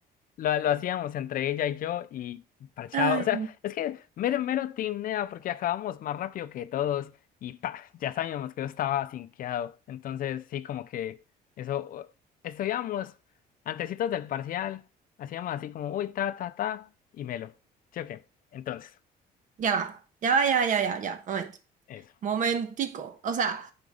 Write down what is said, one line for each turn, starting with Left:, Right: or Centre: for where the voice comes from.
Left: lo, lo hacíamos entre ella y yo y parchado.
Right: Ay.
Left: O sea, es que mero, mero team Nea, porque acabamos más rápido que todos y pa, ya sabíamos que yo estaba sinqueado. Entonces, sí, como que eso, eh, estudiábamos antecitos del parcial, hacíamos así como, uy, ta, ta, ta, y melo. ¿Sí o qué? Entonces,
Right: Ya va, ya va, ya va, ya va, ya, va, ya. Momento.
Left: eso.
Right: Momentico. O sea,